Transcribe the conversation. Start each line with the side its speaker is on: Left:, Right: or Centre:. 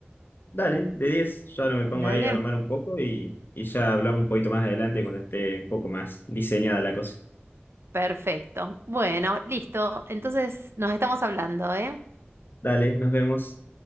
Left: Dale, de diez, yo ahora me pongo
Right: Dale,
Left: ahí a armar un poco y, y ya hablamos un poquito más adelante cuando esté un poco más diseñada la cosa.
Right: perfecto. Bueno, listo, entonces nos estamos hablando, ¿eh?
Left: Dale, nos vemos.